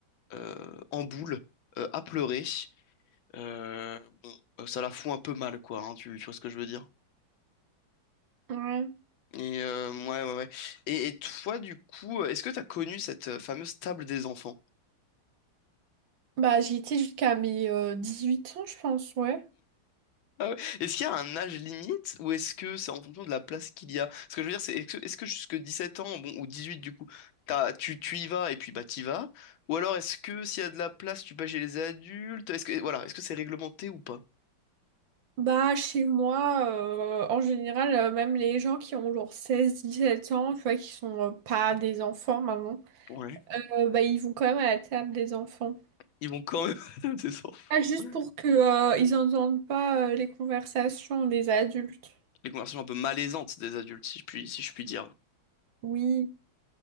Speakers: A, on the left (about 85°); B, on the right (about 75°).
A: euh, en boule, euh, à pleurer. Euh, bon, euh, ça la fout un peu mal, quoi. hein, tu, tu vois ce que je veux dire?
B: Ouais.
A: Et euh, ouais, ouais, ouais. Et, et toi, du coup, est-ce que t'as connu cette euh, fameuse table des enfants?
B: Bah j'y étais jusqu'à mes euh, huit ans je pense, ouais.
A: Ah ouais. Est-ce qu'il y a un âge limite ou est-ce que c'est en fonction de la place qu'il y a? Ce que je veux dire, c'est est-ce que, est-ce que jusque 17 ans, bon, ou 18 du coup, t'as, tu, tu y vas et puis bah t'y vas? Ou alors est-ce que s'il y a de la place, tu vas chez les adultes? Est-ce que voilà, est-ce que c'est réglementé ou pas?
B: Bah chez moi, euh, en général, euh, même les gens qui ont genre seize dix-sept ans, tu vois, qui sont euh, pas des enfants maintenant,
A: Ouais.
B: euh, bah ils vont quand même à la table des enfants.
A: Ils vont quand même <laughs> adopter des enfants.
B: Ah, juste pour que, euh, ils entendent pas, euh, les conversations des adultes.
A: Les conversations un peu malaisantes des adultes, si je puis, si je puis dire.
B: Oui.